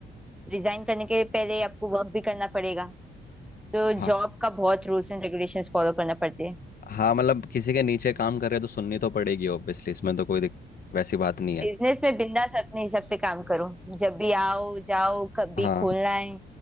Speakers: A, in the centre; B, on the left.
A: रिजाइन करने के पहले आपको वर्क भी करना पड़ेगा तो
B: हाँ
A: जॉब का बहुत रूल्स एंड रेगुलेशंस फॉलो करना पड़ते हैं
B: हाँ मतलब किसी के नीचे काम कर रहे तो सुननी तो पड़ेगी ऑब्वियसली इसमें तो कोई दिक- वैसी बात नहीं है
A: बिजनेस में बिंदास अपने हिसाब से काम करो जब भी आओ जाओ कभी
B: हाँ
A: खोलना है